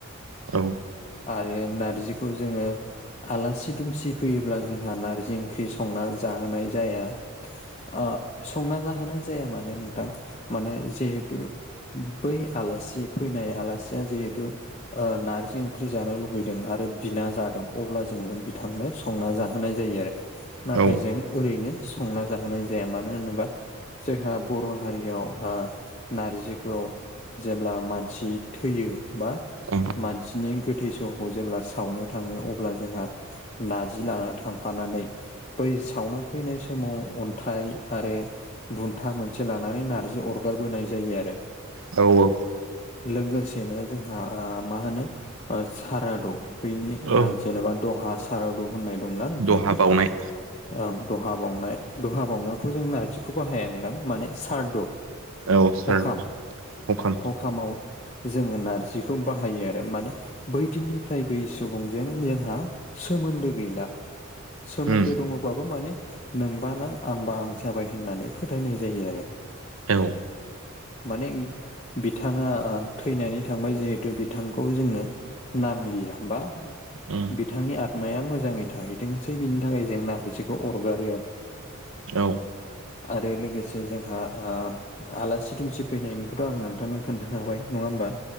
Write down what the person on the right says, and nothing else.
औ।
औ
औ
औ औ
औ
दहा बावनाय
औ सार
हखाम
उम
औ
<unintelligible>
औ